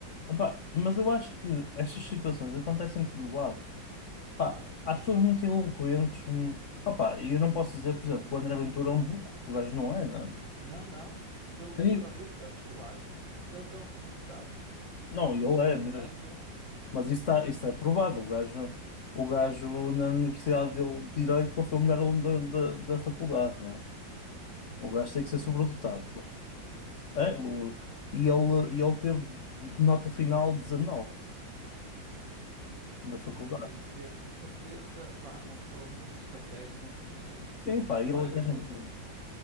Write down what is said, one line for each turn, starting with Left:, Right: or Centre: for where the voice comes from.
Left: Epá, mas eu acho que estas situações acontecem de todo lado. Pá, há pessoas muito eloquentes. hum, opá, e eu não posso dizer, por exemplo, que o André Ventura é um burro. O gajo não é, né?
Right: Não, não, pelo contrário,
Left: E-
Right: eu, sabes que eu acho que ele até é um sobredotado. Se Não
Left: não,
Right: estou
Left: ele
Right: na
Left: é mesmo.
Right: tanga,
Left: Mas isso, está, isso é provado. O gajo, o gajo na Universidade dele, de Direito, ele foi o melhor aluno da, da, da faculdade, não é? O gajo tem que ser sobredotado.
Right: mas isso eu não sabia.
Left: É, o- e ele, e ele teve nota final 19 da faculdade.
Right: Ou seja, tem que ser de certeza, pá, uma pessoa muito estratega, muito inteligente.
Left: Sim, pá, ele
Right: Olha, mas
Left: é gente
Right: em relação,
Left: é